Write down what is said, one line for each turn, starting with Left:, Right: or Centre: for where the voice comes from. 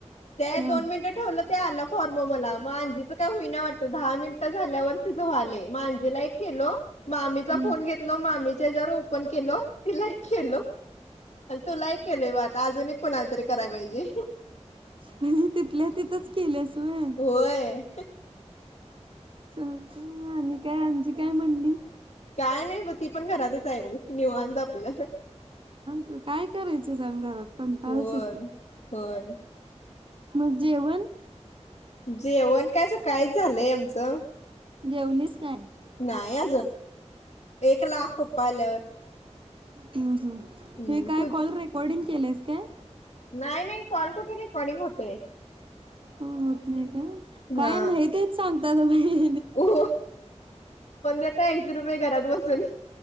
Left: त्या
Right: हा
Left: दोन मिनिट ठेवलं ते आला फॉर्म मला अंजीच काय होईना वाटत दहा मिनिटं झाल्यावर तिचं व्हालय अंजीला एक केलो मामीचा
Right: हम्म
Left: फोन घेतलो मामीच्या हेच्यावर पण केलो तिला केलो आणि तुलाही केलोय बग आता अजूनही कुणाला तरी करायला पाहिजे
Right: म्हणजे तिथल्या तिथंच केल्यास व्हय
Left: होय
Right: चालतय आणि काय अंजी काय म्हंटली
Left: काय नाही बग ती पण घरातच आहे बघ निवांत आपल
Right: तू काय करायचं सांग घरात कंटाळाच
Left: होय
Right: येतोेय
Left: होय
Right: मग जेवण
Left: जेवण काय सकाळीच झालंय आमचं
Right: जेवलीस काय
Left: नाही अजून एक ला पप्पा आल्यावर
Right: हम् हम्
Left: हम्म
Right: हे काय
Left: तू
Right: कॉल रेकॉर्डिंग केलेस काय
Left: नाही नाही कॉल कुठ रेकाॅडींग होतय
Right: हो होत नाही का
Left: हा
Right: काय नाही तेच सांग <unintelligible>
Left: हो वंद्या ताई ती रुपये घरात बसून